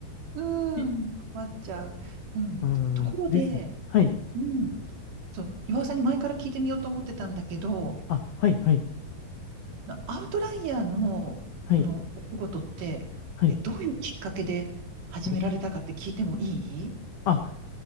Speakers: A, on the right (about 60°); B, on the left (about 75°).
A: うん、
B: い、
A: 困っちゃう。うん、
B: うーん。
A: ところで、
B: ですよね。はい。
A: うん、そう、岩尾さんに前から聞いてみようと思ってたんだけど、
B: あ、はい、はい、
A: アウトライヤーのこのお仕事って、
B: はい、はい、
A: え、どういうきっかけで始められたかって聞いてもいい
B: はい。あ、